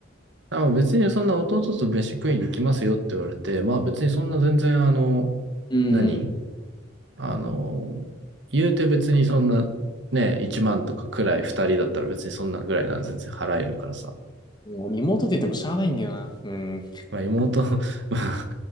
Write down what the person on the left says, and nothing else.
うん。
もうリモートって言ってもしゃあないんだよな。うん。